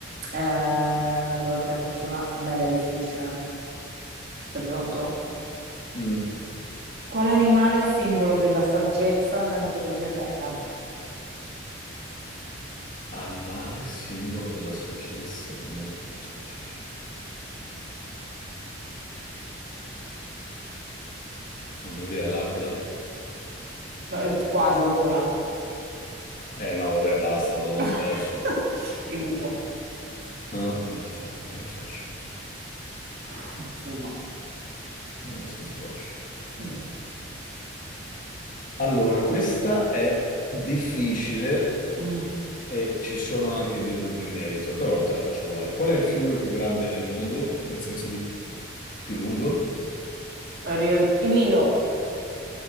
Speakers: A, on the right; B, on the left.
A: Eh, allora te ne faccio una mega difficile. Sei pronto?
B: Mm.
A: Quale animale è simbolo della saggezza nella mitologia greca?
B: Animale simbolo della saggezza nella mitologia. greca. Non ho idea, l'aquila?
A: Eh, Quasi vola.
B: Eh no, vabbè, basta, ho perso.
A: <laughs> Il gufo.
B: Ah, vabbè, fa- era facile,
A: Vabbè, Insomma.
B: era abbastanza facile.
A: Mm.
B: Allora, questa è difficile
A: Mm.
B: e ci sono anche dei dubbi in merito, però te la faccio uguale. Qual è il fiume più grande del mondo, nel senso di più lungo?
A: Ri- Il Nilo?